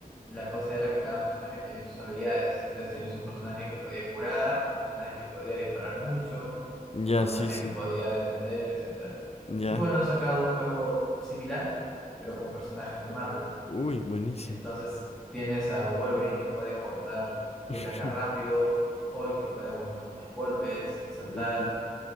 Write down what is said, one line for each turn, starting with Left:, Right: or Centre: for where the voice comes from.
Centre: la cosa era que cada personaje tenía sus habilidades. Entonces tenías un personaje que podía curar, un personaje que podía disparar mucho,
Left: Ya,
Centre: un personaje
Left: sí, sí,
Centre: que podía defender, etcétera.
Left: ya.
Centre: Y bueno, han sacado un juego similar, pero con personajes de Marvel.
Left: Uy, buenísimo.
Centre: Entonces tienes a Wolverine que puede cortar y
Left: <laughs>
Centre: atacar rápido, Hulk que puede aguantar muchos golpes y saltar,
Left: Ok.